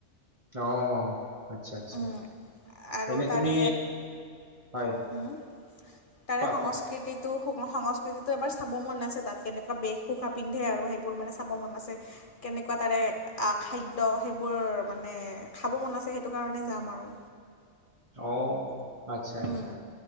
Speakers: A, on the right (about 25°); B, on the left (about 45°).
A: অহ। আচ্ছা আচ্ছা,
B: উম আৰু
A: এনে
B: তাৰে
A: তুমি হয়।
B: উম তাৰে
A: কোৱা
B: সংস্কৃতিত
A: কোৱা
B: তো সংস্কৃতিটো এবাৰ চাব মন আছে তাত কেনেকুৱা বেশ ভোষা পিন্ধে আৰু সেইবোৰ মানে চাব মন আছে। কেনেকুৱা তাৰে খাদ্য সেইবোৰ মানে খাব মন আছে সেইটো কাৰণে যাম আৰু।
A: অ', আচ্ছা
B: উম
A: আচ্ছা,